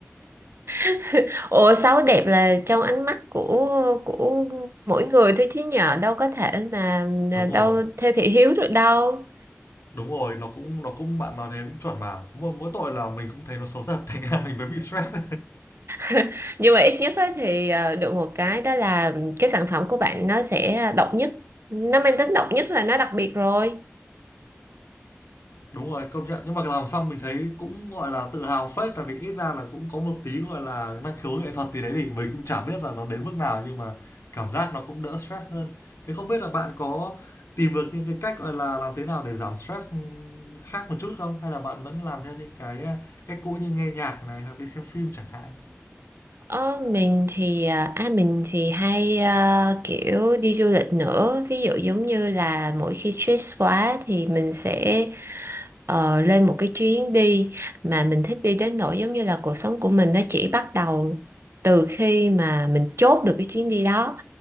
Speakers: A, on the right; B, on the left.
A: <laughs> Ủa xấu đẹp là trong ánh mắt của của mỗi người thôi chứ nhờ đâu có thể mà à,
B: Đúng
A: đâu
B: rồi,
A: theo thị hiếu được đâu
B: đúng rồi, nó cũng nó cũng bạn nói thế cũng chuẩn mà, cũng mỗi mỗi tội là mình cũng thấy nó xấu thật thành ra mình mới bị stress.
A: <laughs> nhưng mà ít nhất á thì ờ, được một cái đó là cái sản phẩm của bạn nó sẽ độc nhất nó mang tính độc nhất là nó đặc biệt rồi
B: Đúng rồi, công nhận. Nhưng mà làm xong mình thấy cũng, gọi là, tự hào phết, tại vì ít ra là cũng có một tí, gọi là, năng khiếu nghệ thuật gì đấy thì mình cũng chả biết là nó đến mức nào, nhưng mà cảm giác nó cũng đỡ stress hơn. Thế không biết là bạn có tìm được những cái cách, gọi là, làm thế nào để giảm stress, ừm, khác một chút không? Hay là bạn vẫn làm theo những cái, a, cách cũ như nghe nhạc này, hoặc đi xem phim chẳng hạn?
A: Ờ, mình thì à à, mình thì hay à, kiểu đi du lịch nữa ví dụ giống như là mỗi khi stress quá thì mình sẽ ờ, lên một cái chuyến đi mà mình thích đi đến nỗi giống như là cuộc sống của mình nó chỉ bắt đầu từ khi mà mình chốt được cái chuyến đi đó